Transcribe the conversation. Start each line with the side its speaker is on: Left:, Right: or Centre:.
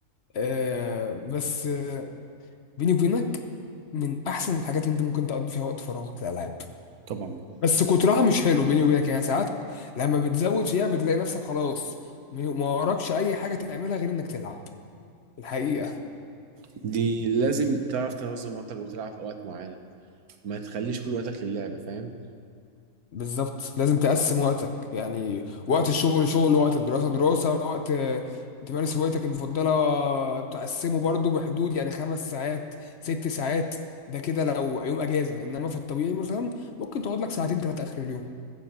Left: آه بس بيني وبينك من احسن الحاجات اللي انت ممكن تقضي فيها وقت فراغك الالعاب
Right: طبعا
Left: بس كترها مش حلو بيني وبينك يعني ساعات لما بتزود فيها بتلاقي نفسك خلاص ما وراكش اي حاجه تعملها غير انك تلعب الحقيقه
Right: دي لازم تعرف تنظم وقتك وتلعب في اوقات معينه ما تخليش كل وقتك للعب فاهم
Left: بالظبط لازم تقسم وقتك يعني وقت الشغل شغل وقت الدراسه دراسه وقت آه، تمارس هوايتك المفضله تقسمه برضو بحدود يعني خمس ساعات ست ساعات ده كده لو يوم اجازه انما في الطبيعي مثلا ممكن تقعد لك ساعتين ثلاثه اخر اليوم